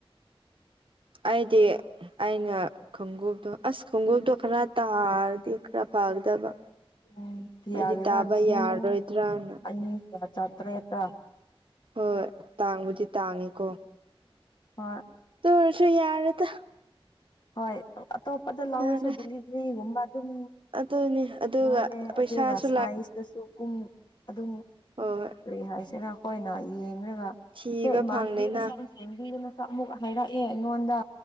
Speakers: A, on the right; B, on the left.
A: ꯑꯩꯗꯤ ꯑꯩꯅ ꯈꯣꯡꯉꯨꯞꯇꯣ ꯑꯁ ꯈꯣꯡꯉꯨꯞꯇꯣ ꯈꯔ ꯇꯥꯔꯗꯤ ꯈꯔ ꯐꯒꯗꯕ
B: ꯎꯝ ꯀꯤ
A: ꯑꯩꯗꯤ
B: ꯌꯥꯒꯤꯔꯥ
A: ꯇꯥꯕ
B: ꯂꯤꯁꯤꯡ
A: ꯌꯥꯔꯔꯣꯏꯗ꯭ꯔꯅ
B: ꯑꯅꯤꯒ ꯆꯥꯇꯔꯦꯠꯇ
A: ꯍꯣꯏ ꯇꯥꯡꯕꯨꯗꯤ ꯇꯥꯡꯉꯤꯀꯣ
B: ꯍꯣꯏ
A: ꯑꯗꯨ ꯑꯣꯏꯔꯁꯨ ꯌꯥꯔꯦꯗ
B: ꯍꯣꯏ ꯑꯇꯣꯞ ꯑꯗꯣ ꯂꯧꯔꯁꯨ
A: ꯌꯥꯔꯦ
B: ꯗꯤꯂꯤꯚꯔꯤꯒꯨꯝꯕ ꯑꯗꯨꯝ
A: ꯑꯗꯨꯅꯤ ꯑꯗꯨꯒ
B: ꯂꯧꯔꯦ
A: ꯄꯩꯁꯥꯁꯨ
B: ꯑꯗꯨꯒ ꯁꯥꯏꯖꯇꯁꯨ ꯄꯨꯡ ꯑꯗꯨꯝ
A: ꯍꯣꯍꫭꯏ
B: ꯀꯩ ꯍꯥꯏꯁꯤꯔ ꯑꯩꯈꯣꯏꯅ ꯌꯦꯡꯂꯡꯒ
A: ꯊꯤꯕ
B: ꯁꯦ ꯏꯃꯥꯟꯅꯕꯤ
A: ꯐꯪꯅꯤꯅ
B: ꯃꯁꯝ ꯍꯦꯟꯕꯤꯗꯨ ꯃꯁꯛ ꯑꯃꯨꯛ ꯍꯥꯏꯔꯛꯑꯦ ꯑꯩꯉꯣꯟꯗ